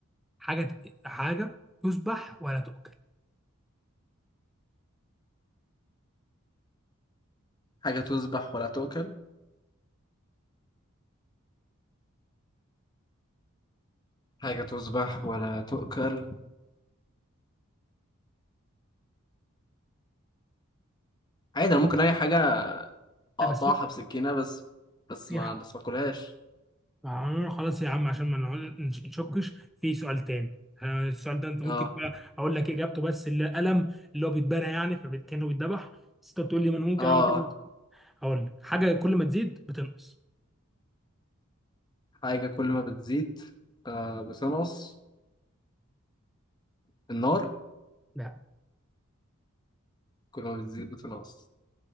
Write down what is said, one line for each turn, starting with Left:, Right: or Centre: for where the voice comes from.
Centre: حاجه حاجه تذبح ولا تؤكل
Left: حاجة تذبح ولا تؤكل حاجة تذبح ولا تؤكل عادي أنا ممكن أي حاجة أقطعها
Centre: لا بس
Left: بسكينة بس بس
Centre: في
Left: ما بس ما أكلهاش
Centre: آه، خلاص يا عم عشان ما نقعد- نشكش في سؤال تاني آه، السؤال ده انت ممكن
Left: آه
Centre: بقى اقول لك اجابته بس القلم اللي هو بيتبرى يعني فكانه بيتذبح بس انت تقول لي ما انا ممكن
Left: آه
Centre: اعمل كده
Left: آه.
Centre: هقول لك حاجه كل ما تزيد بتنقص
Left: حاجة كل ما بتزيد آه بتنقص النار
Centre: لا
Left: كل ما بتزيد بتنقص